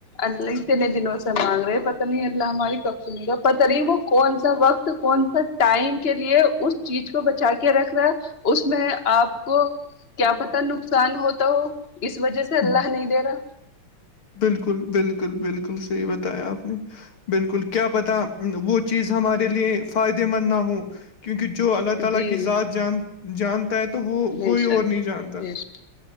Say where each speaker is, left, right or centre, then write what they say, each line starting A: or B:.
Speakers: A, on the left (about 30°); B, on the left (about 80°).
A: اللہ اتنے دنوں سے مانگ رہے پتا نہیں اللہ ہماری کب سنے گا پتا نہیں وہ کون سا وقت تو کون سا ٹائم کے لیے اس چیز کو بچا کے رکھ رہا ہے اس میں آپ کو کیا پتا نقصان ہوتا ہو اس وجہ
B: ہوں
A: سے اللہ نہیں دے رہا
B: بالکل بالکل بالکل صحیح بتایا آپ نے بالکل کیا پتا وہ چیز ہمارے لیے فائدے مند نہ ہو کیونکہ جو اللہ تعالی
A: جی
B: کی ذات جان جانتا ہے تو وہ
A: بے
B: کوئی
A: شک
B: اور نہیں جانتا
A: بے شک